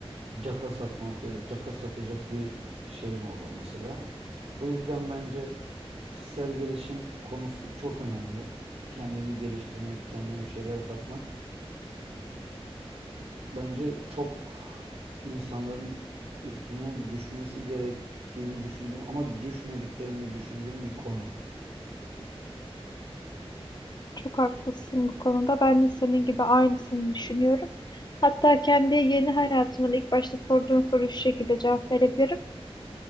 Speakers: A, on the right; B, on the left.
A: caka satmak deriz. Caka satacak bir şeyin olur mesela. Bu yüzden bence kişisel gelişim konusu çok önemli. Kendini geliştirmek, kendine bir şeyler katmak bence çok insanların üstüne düşmesi gerektiğini düşündüğüm ama düşmediklerini de düşündüğüm bir konu.
B: çok haklısın bu konuda. Ben de senin gibi aynısını düşünüyorum. Hatta kendi yeni hayatımın ilk başta sorduğun soru şu şekilde cevap verebilirim.